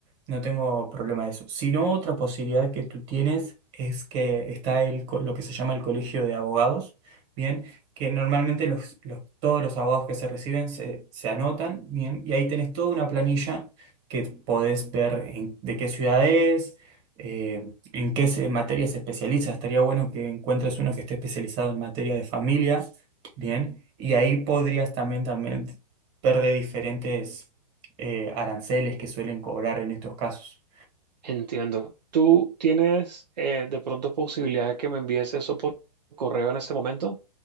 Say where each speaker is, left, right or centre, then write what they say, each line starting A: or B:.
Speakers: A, on the right; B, on the right.
A: no tengo problema de eso. Si no, otra posibilidad que tú tienes es que está el, co- lo que se llama el colegio de abogados, ¿bien? Que normalmente los, los- todos los abogados que se reciben se, se anotan, ¿bien? Y ahí tenés toda una planilla que podés ver en- de qué ciudad es, eh, en qué se- materia se especializa. Estaría bueno que encuentres uno que esté especializado en materia de familia, bien, y ahí podrías también, también ver de diferentes eh, aranceles que suelen cobrar en estos casos.
B: Entiendo. ¿Tú tienes eh, de pronto posibilidad de que me envíes eso por correo en este momento?